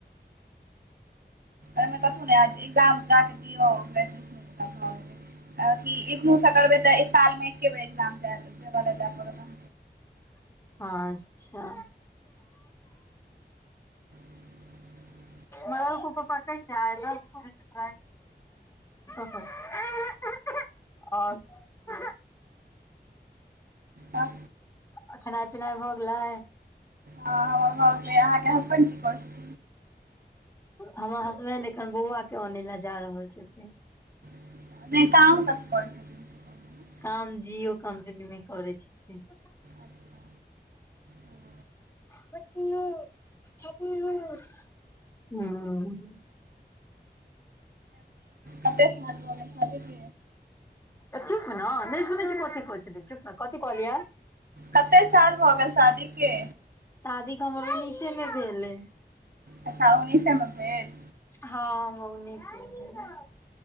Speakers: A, on the right (about 55°); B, on the left (about 15°).
A: ऐमे कथु नै ऐत इग्जाम जा कै दियौ फेर <unintelligible> अथि इग्नू से करबै तै एक साल मे एके बेर एग्जाम जाय देबा लै जाय पड़त अहां कै।
B: अच्छा
A: <unintelligible>
B: मारलको पप्पा कहीया आय दर्द करे छो तोरा आय खना। <unintelligible>
A: हँ
B: अ खेनाय-पिनाय भऽ गेलै?
A: हां हमर भऽ गेलैष अहाँके हसबैंड की करै छै?
B: हमर हसबैंड एखन बौआ के आनै लै जा रहल छथिन।
A: छथिन नहि काम कथी करै छथिन से कहलहुँ हेँ
B: काम जियो कम्पनी मे करै छथिन।
A: अच्छा ओ
B: मट छ <inaudible> हूं।
A: कते साल भ गेल शादी के?
B: त चुप नै, नै सुनय छीयै कथी कहै छलै, चुप ने कथी कहलियै?
A: कते साल भऽ गेल शादी के?
B: शादी तै हमर उनिसे में भेलै
A: अच्छा उनिसे में भेल
B: हां-हां उनिसे में